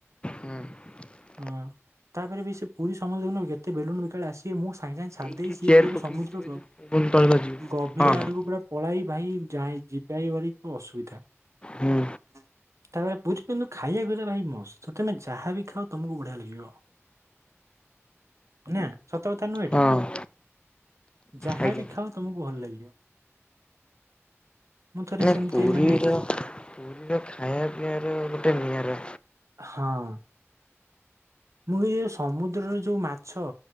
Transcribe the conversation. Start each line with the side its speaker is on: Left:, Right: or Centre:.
Left: ହଁ।
Right: ହଁ, ତାପରେ ବି ସେ ପୁରୀ ସମୁଦ୍ରରେ ନୁହଁ କି ଏତେ ବେଲୁନ୍ ବିକାଳି ଆସିବେ ମୁଁ ସାଙ୍ଗେ ସାଙ୍ଗେ ଛାଡି
Left: ଏଇଠି
Right: ଦେଇ ସିଏ
Left: ଚେୟାର
Right: ପୁରା ପୁରି
Left: ପକେଇକି
Right: ସମୁଦ୍ର ଗ
Left: <unintelligible>
Right: ଗଭୀର
Left: ହଁ
Right: ଆଡକୁ
Left: ହଁ।
Right: ପୁରା ପଳାଏ ଭାଇ ଯାଇ ଯିବା ଇବାଇ ଭାରି ଅସୁବିଧା।
Left: ହୁଁ
Right: ତା ପରେ ପୁରୀରେ କିନ୍ତୁ ଖାଇବା ଗୁରା ଭାଇ ମସ୍ତ ତ ତମେ ଯାହା ବିି ଖାଅ ତମକୁ ବଢିଆ ଲାଗିବ। <inaudible> ନା ସତ କଥା ନୁହଁ ଏଇଟା
Left: ହଁ
Right: ଯାହାବି
Left: ଆଜ୍ଞା
Right: ଖାଅ। ତମକୁ ଭଲ ଲାଗିବ ମୁଁ ଥରେ
Left: ନା
Right: ସେମିତି
Left: ପୁରୀର
Right: ମାନେ।
Left: ପୁରୀର ଖାଇବା ପିଇବା ର। ଗୋଟେ ନିଆରା।
Right: ହଁ। ମୁଁ ବି ଇଏ ଯୋଉ ସମୁଦ୍ରର ଯୋଉ ମାଛ।